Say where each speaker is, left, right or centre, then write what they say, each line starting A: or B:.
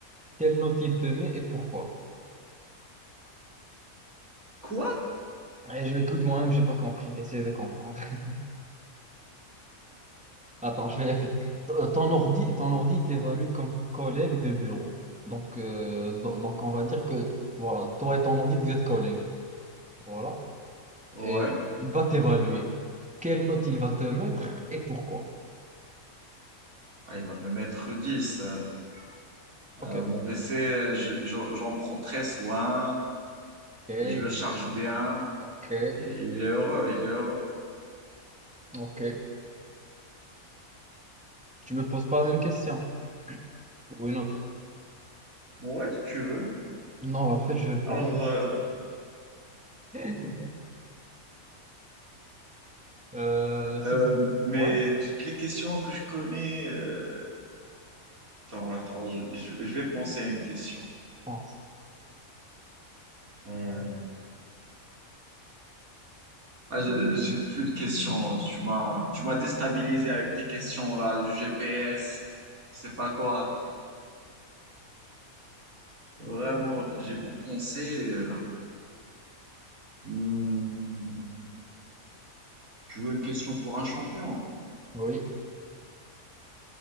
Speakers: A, in the centre; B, on the right.
A: Quelle note il te met et pourquoi?
B: Quoi?
A: Eh, je écoute moi-même, j'ai pas compris. Essaye de comprendre. <laughs> Attends, je vais répéter. T- euh, Ton ordi, ton ordi t'évalue comme collègue de bureau. Donc, euh, do- donc, on va dire que, voilà, toi et ton ordi, vous êtes collègues. Voilà.
B: Ouais.
A: et il va t'évaluer. Quelle note il va te mettre et pourquoi?
B: Ah, il va me mettre 10. euh.
A: Ok,
B: Euh, mon PC, je- j'en j'en prends très soin
A: ok,
B: et je le charge bien
A: ok,
B: et il est heureux, il est heureux.
A: ok. Tu me poses pas la même question ou une autre?
B: Bon, Ouais, si tu veux.
A: Non, en fait, je veux pas.
B: Alors, euh,
A: <laughs> Euh, si
B: euh,
A: c'est...
B: mais
A: Ouais, je
B: toutes les questions que je connais, euh, attends, attends, je, je- je vais penser à une question.
A: pense.
B: Euh, ah, je- j'ai plus de questions. hein. Tu m'as, tu m'as déstabilisé avec tes questions là, du GPS, je sais pas quoi. Vraiment, j'ai beau penser. euh, hmm, tu veux une question pour un champion?
A: Oui,